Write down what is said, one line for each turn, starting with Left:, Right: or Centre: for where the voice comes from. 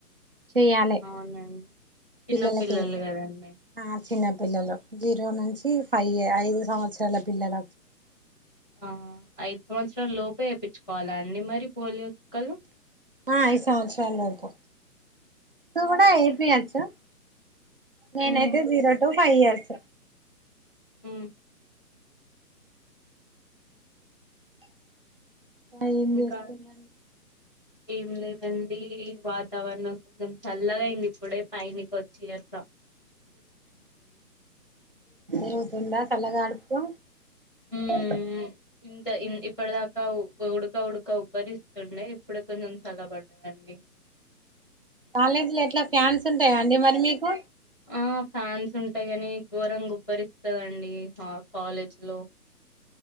Right: చేయాలి
Centre: అవునండి చిన్న
Right: పిల్లలకి
Centre: పిల్లలు కదండి
Right: ఆ చిన్న పిల్లలు జీరో నుంచి ఫైవ్ ఏ ఐదు సంవత్సరాల పిల్లల
Centre: ఆ ఐదు సంవత్సరాలులోపే వేపించుకోవాలా అండి మరి పోలియో చుక్కలు
Right: ఆ ఐదు సంవత్సరాల లోపు కూడా ఎయి తీయర్స్ నేనైతే
Centre: ఉమ్
Right: జీరో టు ఫైవ్ ఇయర్స్
Centre: ఉ
Right: ఏం
Centre: ఇంకా
Right: జెస్తున్న
Centre: ఏం లేదండి వాతావరణం కొంచెం చల్లగా అయింది ఇప్పుడే పైనికి వచ్చిత్త
Right: ఏవుతుందా చల్లగా ఆడుతూ
Centre: ఉమ్
Right: అ
Centre: ఇంత ఇప్పటి దాకా ఉడక ఉడక ఉబ్బరిస్తుండే ఇప్పుడు కొం చల్ల బడండి
Right: కాలేజీలో ఎట్లా ఫ్యాన్స్ ఉంటాయా అండి మరి మీకు
Centre: ఆ ఫ్యాన్స్ ఉంటాయి కాని ఘోరంగుబ్బరి ఇస్తదండి హాప్ కాలేజ్లో